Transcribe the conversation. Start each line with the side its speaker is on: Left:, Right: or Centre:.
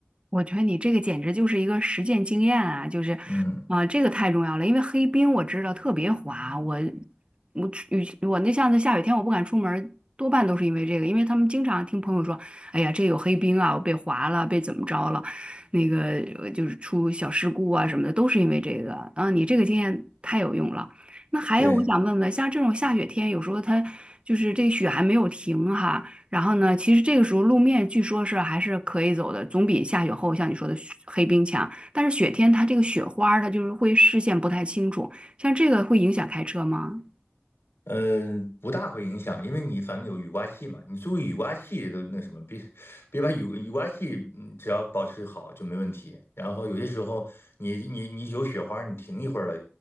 Right: 我觉得你这个简直就是一个实践经验啊，就是，
Left: 嗯，
Right: 啊、这个太重要了，因为黑冰我知道特别滑，我我雨我那像那下雨天我不敢出门儿多半都是因为这个，因为他们经常听朋友说，哎呀，这有黑冰啊，我被滑了，被怎么着了，那个呃就是出小事故啊什么的，都是因为这个。啊，你这个经验太有用了。那还有，
Left: 对。
Right: 我想问问，像这种下雪天，有时候它就是这雪还没有停哈、然后呢，其实这个时候路面据说是还是可以走的，总比下雪后像你说的雪黑冰强。但是雪天它这个雪花儿它就是会视线不太清楚，像这个会影响开车吗？
Left: 嗯，不大会影响，因为你反正有雨刮器嘛，你注意雨刮器都那什么，别别把雨雨刮器，嗯，只要保持好就没问题。然后有些时候你你你有雪花你停一会儿了，